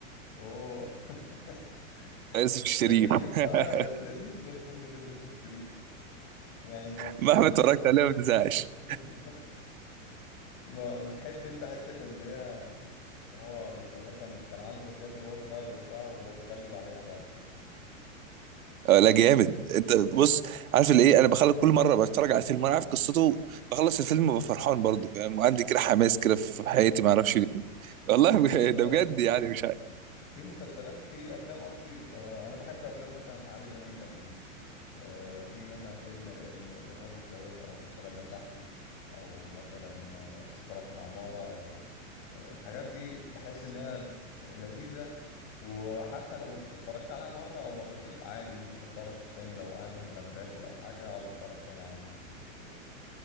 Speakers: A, on the left; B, on the right.
A: اوه <laughs>
B: يوسف الشريف
A: لذيذ
B: <laughs>
A: لا لا لذيذ في فيلم شو- يوسف شيرين يعني ما,
B: مهما اتفرجت عليه ما بتزهقش
A: <laughs> ما بتحب انت حته اللي هي ان هو يبقى مثلا كان عنده مشاكل وهو صغير وبتاع وهو اتغلب عليها بعد كده
B: آه، لا جامد انت بص عارف اللي ايه انا بخلص كل مره بتفرج على الفيلم وانا عارف قصته بخلص الفيلم ببقى فرحان برضه فاهم وعندي كده حماس كده في حياتي ما اعرفش ليه والله
A: والله
B: بج-
A: بص
B: <laughs> ده
A: في
B: بجد يعني
A: في
B: مش عارف
A: في مسلسلات في افلام قصدي آه، انا بحب افلام مثلا عادل امام القديم آه، في مثلا فيلم ال- ال- الارهاب والكباب او سلام يا صاحبي او مثلا آه، سفارة في العمارة او آه، الحاجات دي بحس انها لذيذة وحتى لو اتفرجت عليها مرة او مرتين عادي ممكن اتفرج تاني لو قاعد مثلا باكل او حاجة اقعد اتفرج تاني عادي مفيش مشكلة